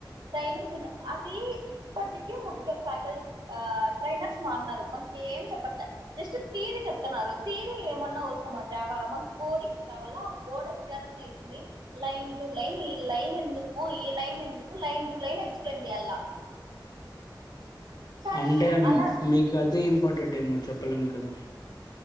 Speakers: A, on the right; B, on the left.
A: ట్రైనింగ్ వి అది ఇప్పటికి ముగ్గుర్ ఫ్యాకల్ ఆ ట్రైనర్స్ మారన్నారు మకేం చెప్పట్లే జస్ట్ తీరి చెప్తున్నారు తీరి ఏమన్నా అవసరమా జావా మా కోడింగ్ కావాల కోడ్ అత్యారం అవుతుంది లైన్ టు లైన్ ఈ లైన్ ఎందుకు ఈ లైన్ ఎందుకు line to line to line explain చేయలా కానీ
B: అంటే
A: అలా
B: మీకు అదే ఇంపార్టెంట్ ఏమో చెప్పలేం కదా